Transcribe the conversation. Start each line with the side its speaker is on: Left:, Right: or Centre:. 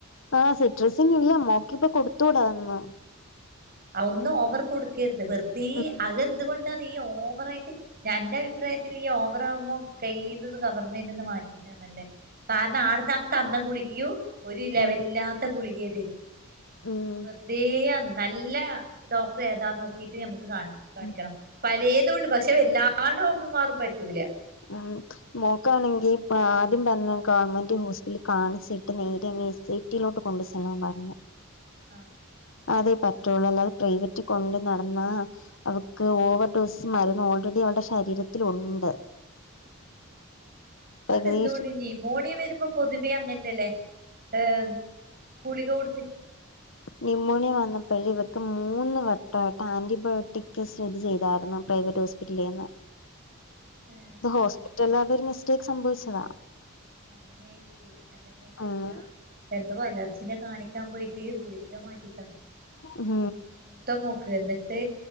Left: ആഹ് സിട്രസിന ഇല്ല മ്മാക്കി ഇപ്പൊ കൊടുത്തൂടാന്നു
Right: അഹ ഒന്നും ഓവർ കൊടുക്കരുത് വെറുതേ
Left: ഉം
Right: അതെന്തുകൊണ്ടാണ് ഈ ഓവറായിട്ട് അന്റെ അഭിപ്രായത്തില് ഈ ഓവറാകുമ്പോം കഴിയ്യുന്നത് ഗവൺമെന്റ്ന്ന് മാറ്റുന്നാ നല്ലേ കാരണം ആട്ന്ന ആഹ തന്ന ഗുളികയോ ഒരു ലെവലില്ലാത്ത
Left: ഉം
Right: ഗുളികയെ തരും
Left: ഉം
Right: വെറുതേയാന്ന് നല്ല ഡോക്ടർ ഏതാ നോക്കീട്ട് നമുക്ക് കാണിക്കണം
Left: ഉം
Right: പലേതുണ്ട് പക്ഷെ എല്ലാ ല്ലാ ഡോക്ടർമാരും പറ്റൂല
Left: ഉം മോക്കാണെങ്കി പ്പ ആദ്യം പറഞ്ഞ ഗവൺമെന്റ് ഹോസ്പിറ്റലിൽ കാണിച്ചിട്ട് നേരെ <unintelligible> ട്ടിലോട്ട് കൊണ്ട് ചെല്ലാൻ പറഞ്
Right: ആഹ്
Left: അതെ പറ്റുള്ളൂ അല്ലാതെ പ്രൈവറ്റ് കൊണ്ട് നടന്നാ അവക്ക് ഓവർ ഡോസ് മര്ന്ന് ഓൾറെഡി അവളുടെ ശരീരത്തിലുണ്ട്
Right: അതെന്തുകൊണ്ടീ
Left: ഏകദേശം
Right: ന്യുമോണിയെ വരുമ്പോ പൊതുവെ അങ്ങനെയല്ലേ ഏഹ് ഗുളിക കൊടുത്തി
Left: ന്യൂമോണിയ വന്നപ്പഴേ ഇവക്ക് മൂന്ന് വട്ടവായിട്ട് ആന്റിബയോട്ടിക് സ്ഥിതി ചെയ്തായിരുന്നു പ്രൈവറ്റ് ഹോസ്പിറ്റലീന്ന്
Right: ഏഹ്
Left: ഹോസ്പിറ്റലാരുടെ ഒരു മിസ്റ്റേക്ക് സംഭവിച്ചതാ.
Right: അങ്ങനെയായിരിക്കും എന്റെ മോക്കൊരിക്ക
Left: ഉം
Right: എന്തോ അലർജിനെ കാണി ക്കാൻ പോയിട്ട് ഗുളിക മാറ്റി തന്ന്.
Left: ഉം
Right: ത്ത മോക്ക് എന്നിട്ട്